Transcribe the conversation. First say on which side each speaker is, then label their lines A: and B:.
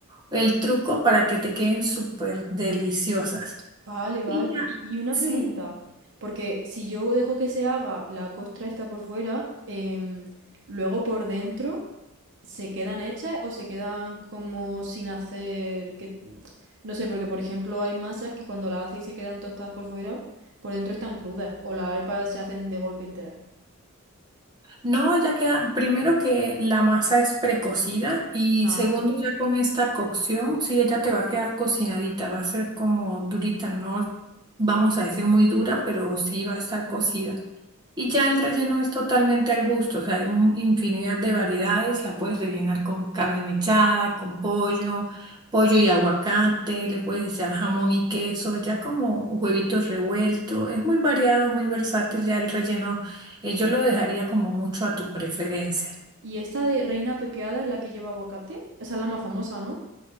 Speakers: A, on the right (about 20°); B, on the right (about 55°).
A: el truco para que te queden súper deliciosas.
B: Vale, vale.
A: Y ya,
B: Y, y una
A: sí.
B: pregunta, porque si yo dejo que se haga la costra esta por fuera, em, luego por dentro, ¿se quedan hechas o se quedan como sin hacer que... No sé, porque por ejemplo hay masas que cuando las haces y se quedan tostadas por fuera, por dentro están crudas o las arepas se hacen de golpe enteras.
A: No, ya queda, primero que la masa es precocida y
B: Ah.
A: segundo ya con esta cocción, sí, ella te va a quedar cocinadita, va a ser como durita, no vamos a decir muy dura, pero sí va a estar cocida. Y
B: Mm.
A: ya el relleno es totalmente al gusto, o sea, hay mu- infinidad de variedades, la puedes rellenar con carne mechada, con pollo, pollo y aguacate, le puedes echar jamón y queso, ya como huevitos revueltos, es muy variado, muy versátil, ya el relleno, eh, yo lo dejaría como mucho a tu preferencia.
B: Y esta de reina pepiada es la que lleva aguacate, esa es la más famosa, ¿no?